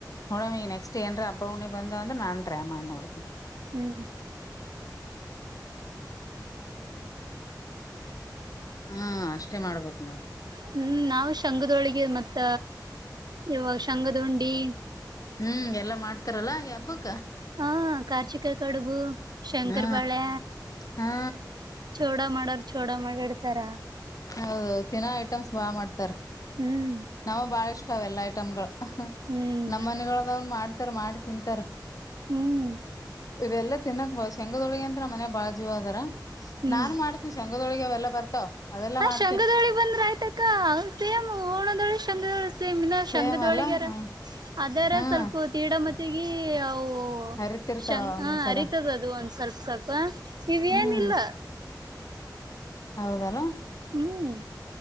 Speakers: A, on the left; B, on the right.
A: ನೋಡಮ್ ಈ ನೆಕ್ಸ್ಟ್ ಏನ್ರ ಹಬ್ಬ ಉಣ್ಣಿ ಬಂದ್ರ ನಾನ್ ್ರೈ ಮಾಡ ನೋಡ
B: ಹ್ಮ್
A: <unintelligible> ಹ್ಮ ಅಷ್ಟೇ ಮಾಡ್ಬೇಕೇಕ್ ನೋಡ್
B: ಹ್ಮ್ ನಾವು ಶಂಗದೋಳಗೆ ಮತ್ತ ಇವಾಗ ಶಂಗದಂಡಿ
A: ಹ್ಮ್ ಎಲ್ಲಾ ಮಾಡ್ತಾರಲ್ಲಾ ಹಬ್ಬಕ್
B: ಹಾ ಕಾರ್ಶಿಕ ಕಡುಗು ಶಂಕರ
A: ಹಾ
B: ಪಾಳ್ಯ
A: ಹಾ
B: ಚೋಡ ಮಾಡೋರ್ ಚೋಡ ಮಾಡಿಡ್ತಾರ
A: ಹೌದ ಟೀನಾ ಐಟಮ್ಸ್ ಬಾಳ್ ಮಾಡ್ತಾರ
B: ಹ್ಮ್
A: ನಮ ಬಾಳ ಇಷ್ಟ ಅವ ಎಲ್ಲಾ ಐಟಮ್ಗಳು
B: ಹ್ಮ್
A: ನಮ್ಮ ಮನೆಗಳದವ್ರು ಮಾಡ್ತಾರ ಮಾಡಿ ತಿಂತಾರ
B: ಹ್ಮ್
A: ಇವೆಲ್ಲ ತಿನ್ನಕ್ ಬ ಶೇಂಗದೊಳಗೆ ಅಂತ ಮನೆ ಬಾಜು ಅದಾರ
B: ಹ್ಮ್
A: ನಾನು ಮಾಡ್ತನಿ ಶೆಂಗದೊಳಗೆ ಅವೆಲ್ಲ ಬತೋ ಅದೆಲ್ಲಾ ಮಾಡ್
B: ಶಘದೋಳಿ ಬಂದ್ರ ಆ್ತತಿ ಅ ಸೇಮ್ ಹಓಣದೋಳಿ ಶಂದೋಳು ಸೇಮ್ ಇನ್ನ
A: ಸೇಮ್
B: ಶಂಂಗದೊಳಿಗಾರ
A: ಅಲ್ಲ ಹ್ಮ
B: ಅದರ
A: ಹ್ಮ್
B: ಸ್ವಲ್ಪ ತೀಡ ಮತ್ತಗ ಅವು
A: ಹರಿತಿರ್ತಾವ
B: ಶಂ
A: ಒಂದೊಂದ್ಸಲ
B: ಹ ಅರಿತದ ಅದು ಒಂದ್ ಸ್ವಲ್ಪ ಸ್ವಲ್ಪ ಇವ
A: ಹ್ಮ್
B: ಏನಿಲ್ಲ
A: ಹೌದಲ್ಲ
B: ಹ್ಮ್